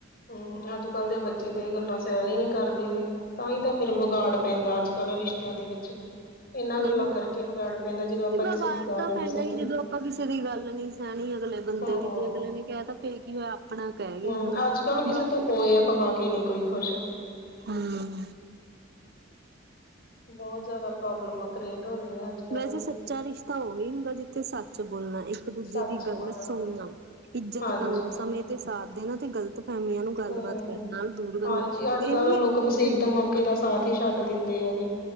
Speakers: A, on the left; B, on the right.
A: ਹੂੰ, ਅੱਜ ਕੱਲ ਦੇ ਬੱਚੇ ਤਾਂ ਇਹ ਗੱਲਾਂ ਸਹਿਣ ਹੀ ਨੀ ਕਰਦੇ ਤਾਂ ਹੀ ਤਾਂ ਫੇਰ ਵਿਗਾੜ ਪੈਂਦਾ ਅੱਜ ਕੱਲ੍ਹ ਰਿਸ਼ਤਿਆਂ ਦੇ ਵਿੱਚ ਇਹਨਾਂ
B: ਸਹੀ
A: ਗੱਲਾਂ ਕਰਕੇ
B: ਐ
A: ਵਿਗਾੜ ਪੈਂਦਾ ਜਦੋਂ ਆਪਾਂ
B: ਤੇ
A: ਕਿਸੇ
B: ਵਿਗਾੜ
A: ਦੀ ਗੱਲ
B: ਤਾਂ
A: ਨਹੀਂ
B: ਪੈਣਾ
A: ਸਹਿੰਦੇ
B: ਹੀ ਜਦੋਂ ਆਪਾਂ ਕਿਸੇ ਦੀ ਗੱਲ ਨਹੀਂ ਸਹਿਣੀ ਅਗਲੇ ਬੰਦੇ
A: ਹਮ
B: ਦੀ ਜੇ ਅਗਲੇ ਨੇ ਕਹਿਤਾ ਫੇਰ ਕੀ ਹੋਇਆ ਆਪਣਾ ਕਹਿ ਗਿਆ
A: ਹੂੰ,
B: ਹਨਾ।
A: ਅੱਜ ਕੱਲ ਕਿਸੇ
B: ਬਸ
A: ਤੋਂ ਓਏ ਅਖਵਾ ਕੇ ਨੀ ਕੋਈ ਖੁਸ਼।
B: ਹਮ।
A: ਬਹੁਤ ਜ਼ਿਆਦਾ, ਪ੍ਰੋਬਲਮਾਂ ਕਰੀਏਟ ਹੋ ਰਹੀਆਂ ਅੱਜ। ਕੱਲ
B: ਵੈਸੇ
A: ਹੀ।
B: ਸੱਚਾ ਰਿਸ਼ਤਾ ਉਹੀ ਹੁੰਦਾ, ਜਿੱਥੇ ਸੱਚ ਬੋਲਣਾ, ਇੱਕ ਦੂਜੇ
A: ਸੱਚ
B: ਦੀ ਗੱਲ
A: ਬੋਲਣਾ
B: ਸੁਣਨਾ। ਇੱਜਤ
A: ਹਾਂਜੀ
B: ਕਰਨਾ, ਸਮੇਂ ਤੇ ਸਾਥ ਦੇਣਾ ਤੇ ਗ਼ਲਤ ਫਹਿਮੀਆਂ ਨੂੰ
A: ਹੂੰ।
B: ਗੱਲਬਾਤ ਕਰਨਾ, ਨਾਲ ਦੂਰ ਕਰਨਾ,
A: ਹਾਂਜੀ, ਅੱਜ
B: ਇਹ
A: ਕੱਲ
B: ਨੀ
A: ਲੋਕ
B: ਆ
A: ਮੁਸੀਬਤ
B: ਕੇ
A: ਮੌਕੇ ਦਾ ਸਾਥ ਹੀ ਛੱਡ ਦਿੰਦੇ ਹੈਗੇ,